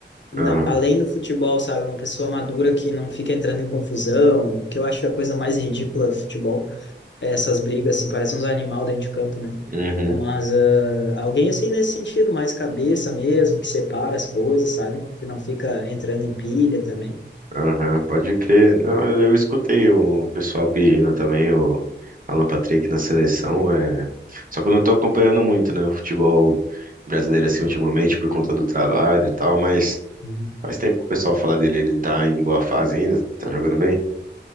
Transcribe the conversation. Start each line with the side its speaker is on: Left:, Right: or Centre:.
Left: não,
Right: Aham.
Left: além do futebol, sabe, uma pessoa madura que não fica entrando em confusão, que eu acho a coisa mais ridícula do futebol. essas brigas, assim, parece uns animal dentro de campo, né?
Right: Uhum.
Left: Mas ah, alguém assim nesse sentido, mais cabeça mesmo, que separa as coisas, sabe? Que não fica entrando em pilha também.
Right: Aham, pode crer. Não, eu eu escutei o pessoal pedindo também o Alan Patrick na seleção. É... Só que eu não tô acompanhando muito, né, o futebol brasileiro assim ultimamente por conta do trabalho e tal, mas
Left: Uhum.
Right: faz tempo que o pessoal fala dele, ele tá em boa fase ainda, tá jogando bem?